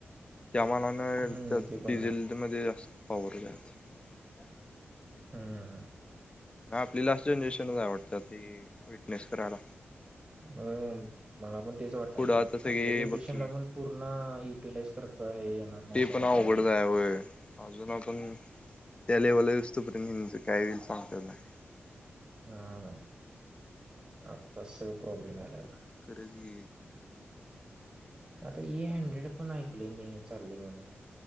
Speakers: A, on the left (about 25°); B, on the right (about 20°).
A: त्यामानाने
B: हम्म,
A: त्या
B: ते पण
A: डिझेलमध्ये
B: आहे.
A: <unintelligible> जास पावररूयात <unintelligible>
B: हम्म.
A: ना आपली लास्ट जनरेशनच आवडती ती विटनेस करायला
B: अ मला पण तेच वाटलय
A: पुढं आता सगळे
B: आपल्या जनरेशनला
A: बघकी
B: पण पूर्ण युटिलाइज करता येणार नाही
A: ते
B: असं वाटल
A: पण अवघडच
B: आता
A: आहे होय अजून आपण त्या <unintelligible> काय व्हील सांग <unintelligible>
B: <unintelligible> आताच स प्रॉब्लेम यालय बघा
A: खरंच की
B: आता ये हंड्रेड पण ऐकलय मी चाललंय म्हणून.